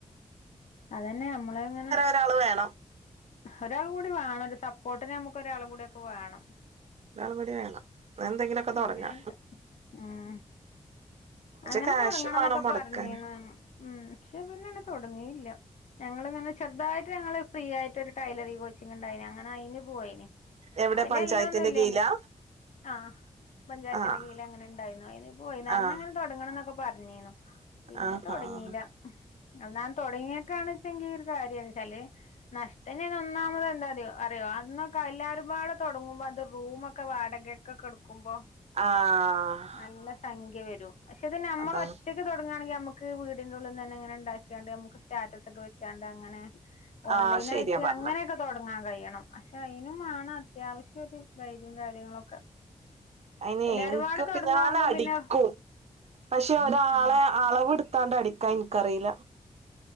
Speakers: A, on the left; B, on the right.
A: അതന്നെ അമ്മള് ഇങ്ങനെ
B: രാള് വേണം
A: ഒരാളുങ്കൂടി വേണന്തസപ്പോട്ടിന് നമുക്ക് ഒരാളുങ്കൂട്യക്കെ വേണം
B: നടപടി വേണം പ എന്തെങ്കിലുക്കെ തൊടങ്ങാ
A: അങ്ങനെയൊക്കെ ഉം അങ്ങനെ
B: കാശും
A: തൊടങ്ങണംന്നൊക്കെ
B: വേണം മൊടക്കാന്
A: പറഞ്ഞീന്നു ഉം ക്ഷെ പിന്നെന്ത തൊടങ്ങിയില്ല ഞങ്ങള്ങ്ങനെ ചെർതായിട്ട് ഞങ്ങള് ഫ്രീ യായ്ട്ടൊരു ടൈലറി കോച്ചിങ്ണ്ടായിനി അങ്ങനെ അയിന് പോയിനി
B: എവിടെ
A: അയിലെല്ലോംന്നു
B: പഞ്ചായത്തിന്റെ
A: ല്ലേനി
B: കീഴിലാ
A: ആഹ് പഞ്ചായത്തിന്റെ
B: ആഹ്
A: കീഴില അങ്ങനെണ്ടായിന്നു അയ്നിപ്പോയിന്ന അന്നങ്ങനെ
B: ആഹ്
A: തൊടങ്ങണംന്നൊക്കെ പറഞ്ഞീന്നു പിന്നെ
B: ആഹ്
A: തൊടങ്ങീല
B: ആഹ്
A: അന്നാന്ന് തൊടങ്ങീ ക്കാണ് ചങ്കീർ കാര്യാര്ചാല് നഷ്ടന്നെ ന്നൊന്നാമത് ന്താറിയോ അറിയോ അന്നൊക്കെ എല്ലാരുംപാടെ തൊടങ്ങുമ്പോ അത് റൂമൊക്കെ വാടകേ കക്കെട്ക്കുമ്പോ
B: ആഹ്
A: നല്ല സഖ്യവരും പക്ഷെത് നമ്മള്ഒറ്റ
B: അതാണ്
A: ത്‌ തൊടങ്ങാണെങ്കി യമക്ക് വീടിന്റെ ഉള്ള്ന്നന്നെ ങ്ങനെണ്ടാക്യായാണ്ട് യമ്ക്ക് സ്റ്റാറ്റസൊക്കെ വെച്ചാണ്ട ങ്ങനെ ഓൺലൈനായിട്ട്
B: ആഹ് ശരിയാ പറഞ്ഞെ
A: അങ്ങനൊക്കെ തൊടങ്ങാകയ്യണം പക്ഷെയ്നുമാണം അത്യാവശ്യര് ധൈര്യം കാര്യങ്ങളൊക്കെ
B: അയിനെൻക്കൊക്കെ
A: എല്ലാരുംപാടെ തൊടങ്ങാവുമ്പോ
B: ഞാനടിക്കും
A: പിന്നെ
B: പക്ഷെ ഒരാളെ
A: ഉം
B: അളവ്ട്ത്താണ്ട് അടിക്കാൻ ൻക്കറീല